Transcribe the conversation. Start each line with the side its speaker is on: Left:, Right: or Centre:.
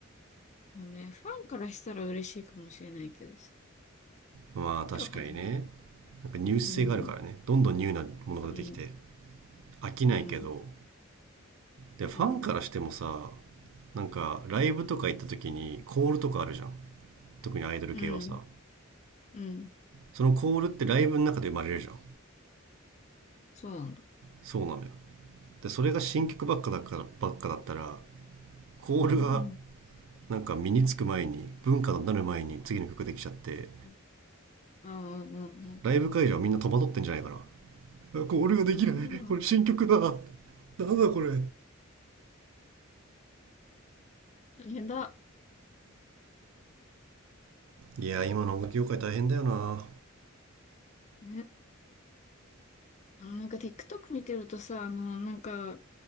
Left: まあね、ファンからしたら嬉しいかもしれないけど
Right: まあ確かにね
Left: 訳わかんない。
Right: なんかニュース性があるからねどんどんニューなものが出てきて
Left: うん、うん、
Right: 飽きないけど
Left: うん、
Right: でファンからしてもさ
Left: うん、
Right: なんかライブとか行った時にコールとかあるじゃん特にアイドル系はさ
Left: うん、うん、
Right: そのコールってライブの中で生まれるじゃん
Left: そうなんだ。
Right: そうなのよでそれが新曲ばっかだからばっかだったらコールが
Left: うん、うん、
Right: なんか身につく前に文化になる前に次の曲できちゃって
Left: うん、うん、うん、うん、
Right: ライブ会場はみんな戸惑ってんじゃないかなコールができないこれ新曲だな
Left: うん、
Right: んだこれ
Left: 大変だ。
Right: いや今の音楽業界大変だよな
Left: ね、あの、なんか TikTok 見てるとさ、あの、なんか、